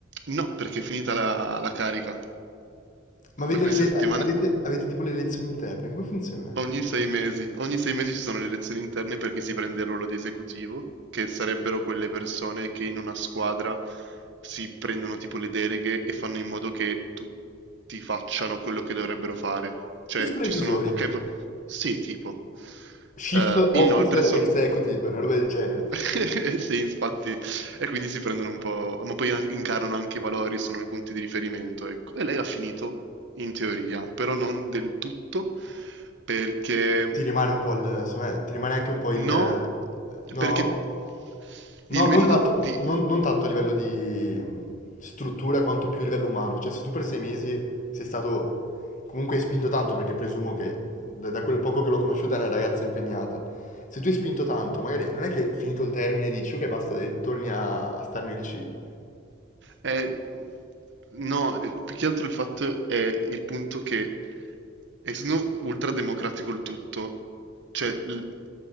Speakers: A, on the right (about 65°); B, on the left (about 40°).
A: no, perché è finita la, la carica.
B: Ma avete,
A: Da questa
B: le, le-
A: settimana,
B: avete, avete tipo le elezioni interne, come funziona?
A: ogni sei mesi, ogni sei mesi ci sono le elezioni interne perché si prende il ruolo di esecutivo, che sarebbero quelle persone che in una squadra si prendono tipo le deleghe e fanno in modo che tutti facciano quello che dovrebbero fare. Cioè,
B: I supervisori,
A: ci sono, ok, pro- sì, tipo.
B: Chief
A: Eh,
B: Officer
A: inoltre sono...
B: Executive,
A: <laughs>
B: una roba del genere.
A: <laughs> Sì, infatti, e quindi si prendono un po', ma poi an- incarnano anche i valori, sono i punti di riferimento, ecco. E lei ha finito in teoria, però non del tutto, perché
B: Ti rimane un po' il, secondo me, ti rimane anche un po' il...
A: no,
B: No?
A: perché
B: No,
A: il
B: non
A: metodo
B: tanto,
A: di...
B: non- non tanto a livello di mh, struttura quanto più a livello umano. Cioè, se tu per sei mesi sei stato comunque hai spinto tanto, perché presumo che da, da quel poco che l'ho conosciuta è una ragazza impegnata. Se tu hai spinto tanto, magari non è che finito il termine dici ok basta e torni a, a stare nel chill.
A: Eh, no, eh, più che altro il fatto è il punto che, essendo ultrademocratico il tutto, cioè l-